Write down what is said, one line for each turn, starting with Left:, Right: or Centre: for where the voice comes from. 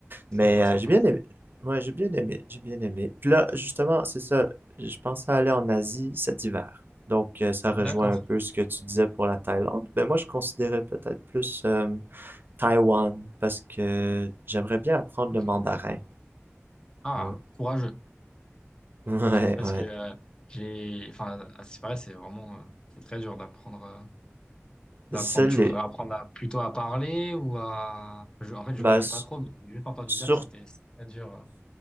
Left: sympa,
Right: Mais euh,
Left: sympa.
Right: j'ai bien aimé. Ouais, j'ai bien aimé. J'ai bien aimé. Puis là, justement, c'est ça. Je pensais aller en Asie cet hiver. Donc, euh, ça rejoint
Left: D'accord.
Right: un peu ce que tu disais pour la Thaïlande. Mais moi, je considérais peut-être plus euh, Taïwan parce que j'aimerais bien apprendre
Left: Ok.
Right: le mandarin.
Left: Ah,
Right: Ouais,
Left: courageux.
Right: <laughs> ouais.
Left: Parce
Right: ouais.
Left: que euh, j'ai, enfin, à ce qui paraît, c'est vraiment, euh, c'est très dur d'apprendre, euh, d'apprendre.
Right: C'est les-
Left: Tu voudrais apprendre à- plutôt à parler ou à. je- en fait, je
Right: Bah,
Left: connais
Right: s-
Left: pas trop, mais j'ai juste entendu
Right: sur...
Left: dire que c'était c'est très dur. euh.